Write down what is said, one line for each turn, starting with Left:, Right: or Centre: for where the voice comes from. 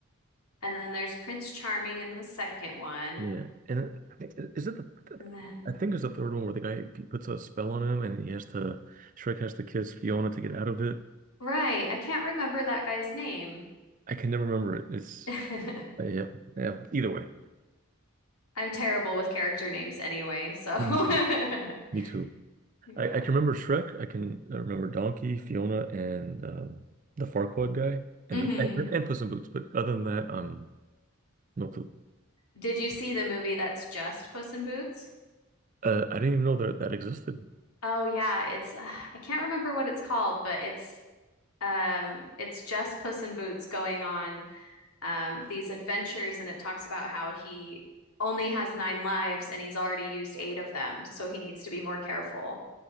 Left: and then there's Prince Charming in the second one.
Right: Yeah. And I think is it the
Left: And then
Right: I think it's the third one where the guy puts a spell on him and he has to Shrek has to kiss Fiona to get out of it.
Left: right, I can't remember that guy's name.
Right: I can never remember it. It's
Left: <laughs>
Right: uh, yeah, yeah, either way.
Left: I'm terrible with character names anyway, so
Right: Mhm.
Left: <laughs>
Right: Me too.
Left: yeah.
Right: I, I can remember Shrek. I can uh, remember Donkey, Fiona, and um, the Farquaad guy, and
Left: hmm
Right: the, and Puss in Boots. But other than that, um, no clue.
Left: Did you see the movie that's just Puss in Boots?
Right: Uh, I didn't even know that that existed.
Left: Oh yeah, it's uh, I can't remember what it's called, but it's um it's just Puss in Boots going on um these adventures and it talks about how he only has nine lives and he's already used eight of them, so he needs to be more careful.